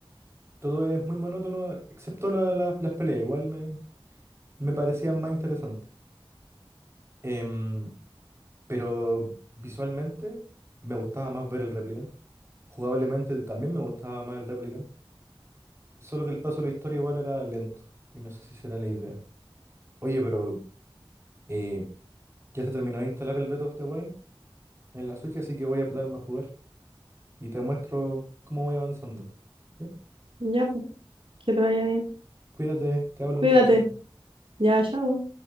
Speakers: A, on the right (about 30°); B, on the right (about 70°).
A: Todo es muy monótono, excepto la- la- las peleas, igual me, me parecían más interesantes. Em, pero visualmente me gustaba más ver el Replicant. Jugablemente también me gustaba más el Replicant. Solo que el paso de la historia igual era lento. Y no sé si será la idea. Oye, pero eh, ya se terminó de instalar el Breath of the Wild en la Switch, así que voy a ponerme a jugar. Y te muestro cómo voy avanzando. ¿Ya?
B: Ya, pues, que te vaya bien.
A: Cuídate, te hablo
B: Cuídate.
A: entonces.
B: Ya, chao.